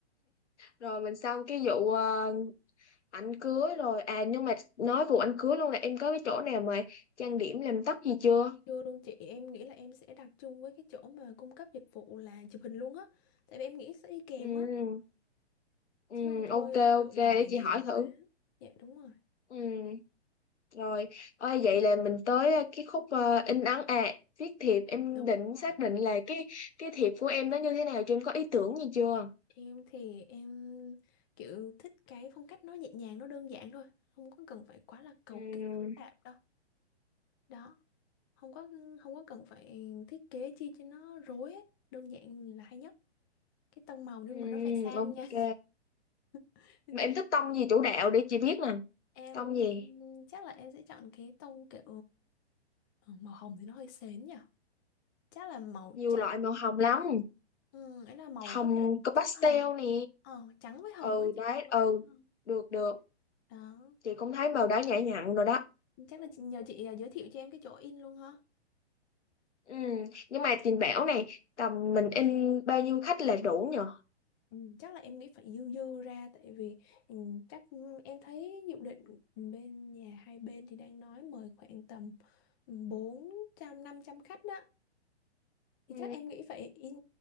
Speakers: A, on the left; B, on the left.
A: rồi mình xong cái vụ ờ, Ảnh cưới rồi à nhưng mà nói vụ ảnh cưới luôn là em có cái chỗ nào mà trang điểm làm tóc gì chưa
B: chưa luôn chị em nghĩ là em sẽ đặt chung với cái chỗ mà cung cấp dịch vụ là chụp hình luôn á tại vì em nghĩ sẽ đi kèm
A: ừ,
B: á
A: ừ,
B: chứ không thôi
A: ok ok
B: lựa ngoài
A: để
B: nhiều
A: chị hỏi thử
B: quá dạ đúng rồi
A: ừ, rồi ơi vậy là mình tới ờ, cái khúc ờ, in ấn à viết thiệp em
B: đúng
A: định
B: rồi
A: xác định là cái cái thiệp của em nó như thế nào chứ em có ý tưởng gì chưa
B: Em thì em kiểu thích cái phong cách nó nhẹ nhàng, nó đơn giản thôi, không có cần phải quá là cầu
A: ừ,
B: kỳ phức tạp đâu. Đó, không có không có cần phải thiết kế chi cho nó rối hết, đơn giản là hay nhất. Cái tông màu nhưng
A: ừ,
B: mà nó phải sang
A: ok
B: nha. <laughs>
A: mà em thích tông gì chủ đạo để chị biết nè
B: Em
A: tông gì
B: chắc là em sẽ chọn cái tông kiểu ờ, màu hồng thì nó hơi sến nhỉ. Chắc là màu
A: nhiều
B: trắng.
A: loại màu hồng lắm
B: Ừ, ấy là màu
A: hồng
B: có thể là
A: có
B: trắng
A: pastel
B: hồng.
A: nè
B: Ờ, trắng với hồng
A: ừ
B: á chị
A: đấy
B: em vẫn
A: ừ
B: thích hơn.
A: được được
B: Đó,
A: chị cũng thấy màu đỏ nhã nhặn rồi đó
B: chắc là chị- nhờ chị ờ, giới thiệu cho em cái chỗ in luôn ha.
A: ừ. nhưng mà chị bảo này tầm mình in bao nhiêu khách là đủ nhờ
B: Ừ, chắc là em nghĩ phải dư dư ra tại vì ừ, chắc em thấy dự định bên nhà hai bên thì đang nói mời khoảng tầm bốn trăm năm trăm khách đó
A: ừ.
B: thì chắc em nghĩ phải in